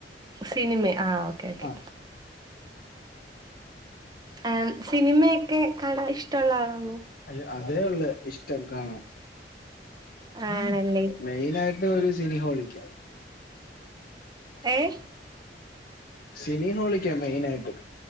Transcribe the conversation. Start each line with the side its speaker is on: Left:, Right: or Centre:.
Right: സിനിമെ ആഹ് ഓക്കെ ഓക്കെ
Left: ആ
Right: ആഹ് സിനിമയൊക്കെ കാണാ ഇഷ്ടമുള്ള ആളാണോ
Left: അയ്യൊ അതേ ഉള്ളു ഇഷ്ടം കാണാൻ.
Right: ആണല്ലേ
Left: മെയിനാ <unintelligible> സിനിഹോളിക്ക്യാ
Right: ഏഹ്
Left: സിനി ഹോളിക്കാ മെയിനായിട്ട്